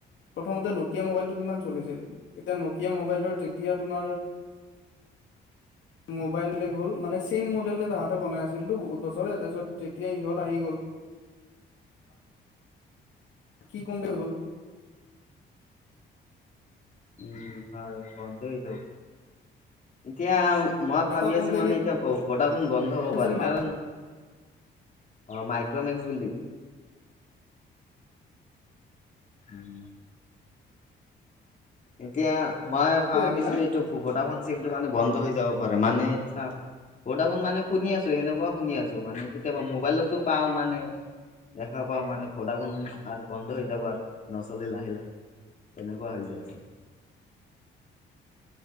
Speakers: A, on the left; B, on the left.
A: প্ৰথমতে ন মোবাইল কি চলিছিল এতিয়া নকিয় মবাইলৰ যেতিয়া তোমাৰ মোবাইল বেলেগ হ'ল মানে চছেম মডেল তাহাঁতে বনাই আছিলতো বহুত বছৰে তাৰপিছত যেতিয়া ইহঁত আহি গ'ল কি কম্ব হৈ গ'ল
B: উম, হয় বন্ধ য এতিয়া মই ভাবি
A: এটা
B: আছো
A: কোম্পানী
B: মানে এতিয়া ভডা নোন বন্ধ হ'ব
A: আছিল
B: পাৰে
A: মাইক্ৰ
B: কাৰণ অ', মীইক্ৰমেক্স বুলি উম, এতিয়া মই ভাবিছো
A: আছিল হা
B: যে এইটো চিমটো মানে বন্ধ হৈ যাব পাৰে, মানে চাও তাবোন মানে শুনি আছো সেনেকুৱা শুনি আছো মানে কেতিয়াবা মোবাইলতো পাও মানে দেখা পাও মানে ফডফোন আৰু বন্ধ হৈ যাব আৰু নচলেি লাহে লাহে তেনেকুৱা হৈ যায়ছে